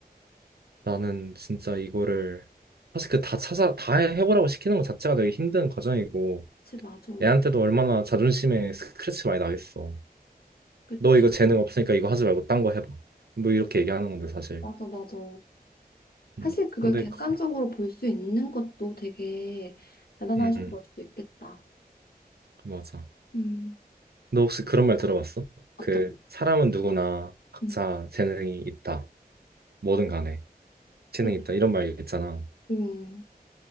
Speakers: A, on the right (about 75°); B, on the left (about 70°).
A: 나는 진짜 이거를 사실 그 다 찾아, 다 해- 해보라고 시키는 것 자체가 되게 힘든 과정이고,
B: 그치, 맞아. 응,
A: 애한테도 얼마나 자존심에 스크래치 많이 나겠어.
B: 그치.
A: 너 이거 재능 없으니까 이거 하지 말고 딴 거 해봐. 뭐 이렇게 얘기하는 건데 사실.
B: 맞아, 맞아.
A: 음,
B: 사실 그걸
A: 근데
B: 객관적으로
A: 그,
B: 볼 수 있는 것도 되게 대단하신
A: 음,
B: 걸 수도 있겠다.
A: 맞아.
B: 음,
A: 너 혹시 그런 말 들어봤어?
B: 어떤
A: 그
B: 말?
A: 사람은 누구나 각자
B: 음,
A: 재능이 있다. 뭐든 간에 재능이
B: 그치.
A: 있다. 이런 말 있잖아.
B: 음,